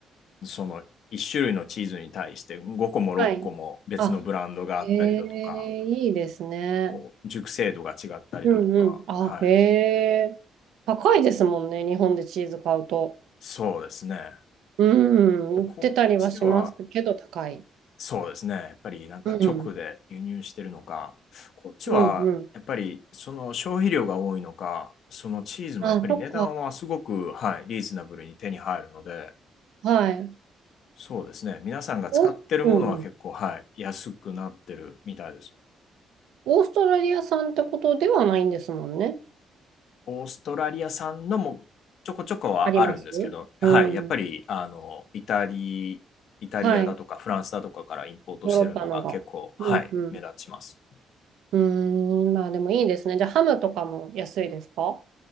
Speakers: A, on the left; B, on the right.
A: その1種類のチーズに対して5個も6個も別のブランドがあったりだとか、
B: はい。あ、へえ、いいですね。
A: こう熟成度が違ったりだとか、
B: うんうん。あ、
A: はい、
B: へえ。高いですもんね。日本でチーズ買うと。
A: そうですね。
B: うん、
A: でこっちは、
B: 言ってたりはしますけど、高い。
A: そうですね、やっぱりなんか直で輸入してるのか、
B: うん、
A: こっちはやっぱりその消費量が多いのか、
B: うん、うん。
A: そのチーズもやっぱり値段はすごく、
B: あ、そっ
A: はい、リーズナブルに手に入るので、
B: か。はい。
A: そうですね、皆さんが使ってるものは結構、
B: オース、うんうん、
A: はい、安くなってるみたいです。
B: オーストラリア産ってことではないんですもんね。
A: オーストラリア産のもちょこちょこはあるんですけど、
B: あります
A: はい、
B: うん。
A: やっぱりあのイタリイタリアだとかフランスだとかからインポートしてるのが結構、
B: はい。ヨーロッパのが。
A: はい、
B: うん、うん。
A: 目立ちます。
B: うーん、まあでもいいですね。じゃあ、ハムとかも安いですか